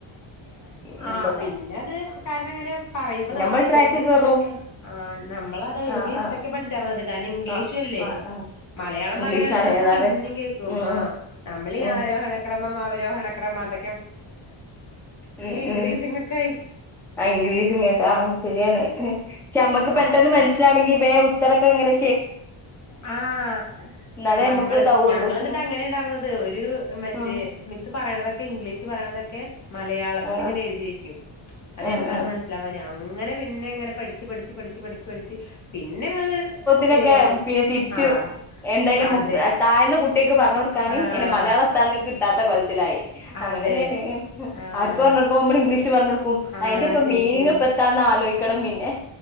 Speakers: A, in the centre; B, on the left.
A: എനിക്കൊക്കെ
B: ആ പിന്നെ അത് കാരണം അങ്ങനെ പറയുമ്പോ നമ്മളത്
A: നമ്മൾ ട്രാക്ക്
B: എഴുതി വെച്ചിട്ടൊക്കെ
A: കേറും
B: ആ നമ്മളത് എഴുതി
A: ആഹ്
B: വെച്ചിട്ടൊക്കെ
A: ആഹ്
B: പഠിച്ചാർന്നത്
A: ആഹ്
B: ഇംഗ്ലീഷിലല്ലേ
A: ആഹ് ആഹ്
B: മലയാളം
A: ഇംഗ്ലീഷാണ്
B: പറയാന്നുവെച്ച നമുക്ക്
A: ഏതായാലും
B: പിന്നേം കേൾക്കും
A: ഉം
B: ആ
A: ഉം
B: നമ്മളീ
A: ഉം
B: ആരോഹണക്രമം അവരോ രോഹണക്രമാത്
A: ഉം
B: ഇൻക്രീസിങ്
A: ഉം
B: ഒക്കെ ആയി
A: ഇൻക്രീസിങ്ങൊക്കെ ആ ശരിയാണ് ക്ഷെ അമ്മക്ക് പെട്ടെന്ന്
B: ആഹ് അപ്പൊ
A: മനസ്സിലാണെങ്കി വേ തിരക്കെങ്ങനെ
B: ആഹ്
A: എന്നാലേ
B: നമ്മള്
A: നമുക്ക് ഇതാവുള്ളൂ
B: ഞങ്ങള് എന്നിട്ട്
A: ഉം
B: അങ്ങനെ ഉണ്ടായിർന്നത് ഒരു മറ്റേ
A: ഉം
B: മിസ് പറയണതൊക്കെ ഇംഗ്ലീഷ് സ്സ് പറയണതൊക്കെ മലയാളത്തിലിങ്ങനെ
A: ആ
B: എഴുതി വെക്കും അതെന്താന്ന്
A: ആ ആ
B: മനസ്സിലാവാനേ അങ്ങനെ പിന്നെ ഇങ്ങനെ പഠിച്ച് പഠിച്ച് പഠി ച്ച് പഠിച്ചു പഠിച്ച് പിന്നെ അത്
A: ഇനൊക്കെ
B: ശരിയായപ്പോ
A: പിന്നെ തിരിച്ചു
B: ആഹ്
A: എന്തായാലും
B: അതെ
A: താഴ്ന്ന കുട്ടി പറഞ്ഞു തനി
B: ആഹ്
A: അതിന്റെ മലയാളം എന്താന്ന് <unintelligible> സിലായി അങ്ങനെന്നയാണ്
B: അതെ ആഹ്
A: അവർക്ക്‌ രണ്ടോർക്കും നമ്മള് ഇംഗ്ലീഷ് പറഞ്ഞ് കൊടുക്കും
B: ആഹ്
A: അതിന്റെ ഇപ്പ
B: ശരിക്കും
A: മീനിങ്ങ് പ്പ എത്താന്ന് ആലോചിക്ക ഇക്കണം പിന്നെ